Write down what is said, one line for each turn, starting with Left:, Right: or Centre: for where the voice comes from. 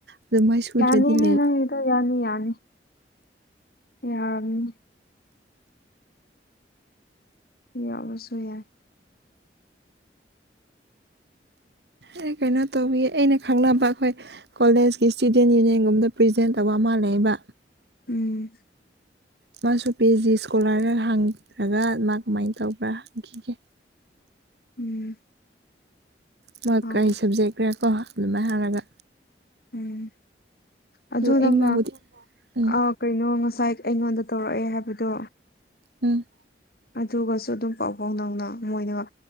Right: ꯑꯗꯨꯃꯥꯏ ꯁꯨꯗ꯭ꯔꯗꯤ
Left: ꯌꯥꯅꯤꯍꯦ
Right: ꯂꯩ
Left: ꯅꯪ ꯒꯤꯗꯣ ꯌꯥꯅꯤ ꯌꯥꯅꯤ ꯌꯥꯔꯅꯤ ꯌꯥꯎꯕꯁꯨ ꯌꯥꯏ
Right: ꯑꯩ ꯀꯩꯅꯣ ꯇꯧꯋꯤ ꯑꯩꯅ ꯈꯪꯅꯕ ꯑꯩꯈꯣꯏ ꯀꯣꯂꯦꯖꯀꯤ ꯏꯁꯇꯨꯗꯦꯟ ꯌꯨꯅꯤꯌꯟꯒꯨꯝꯗ ꯄ꯭ꯔꯖꯦꯟ ꯇꯧꯕ ꯑꯃꯜꯂꯩꯕ
Left: ꯎꯝ
Right: ꯃꯥꯁꯨ ꯄꯤ ꯑꯩꯆ ꯗꯤ ꯏꯁꯀꯣꯂꯥꯔꯗ ꯍꯥꯡꯈ꯭ꯔꯒ ꯃꯥ ꯀꯃꯥꯏꯅ ꯇꯧꯕ꯭ꯔꯥ ꯍꯪꯈꯤꯒꯦ
Left: ꯎꯝ
Right: ꯃꯣꯏ
Left: ꯑꯧ
Right: ꯀꯔꯤ ꯁꯕꯖꯦꯛꯈ꯭ꯔꯦꯀꯣ ꯑꯗꯨꯃꯥꯏꯅ ꯍꯥꯏꯔꯒ
Left: ꯎꯝ ꯑꯗꯨ
Right: ꯑꯩ
Left: ꯅꯪꯅ
Right: ꯃꯥꯕꯨꯗꯤ ꯎꯝ
Left: ꯑ ꯀꯩꯅꯣ ꯉꯁꯥꯏ ꯑꯩꯉꯣꯟꯗ ꯇꯧꯔꯛꯑꯦ ꯍꯥꯏꯕꯗꯣ
Right: ꯎꯝ
Left: ꯑꯗꯨꯒꯁꯨ ꯑꯗꯨꯝ ꯄꯥꯎ ꯐꯥꯎ ꯅꯪꯅ ꯃꯣꯏꯅꯒ